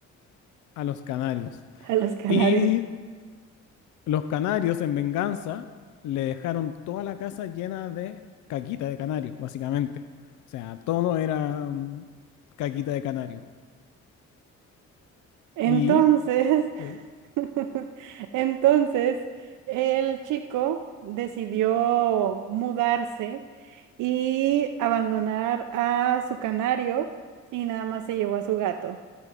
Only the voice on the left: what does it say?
a los canarios.
Y los canarios, en venganza, le dejaron toda la casa llena de caquita de canario, básicamente. O sea, todo era mm, caquita de canario.
Y, Sí.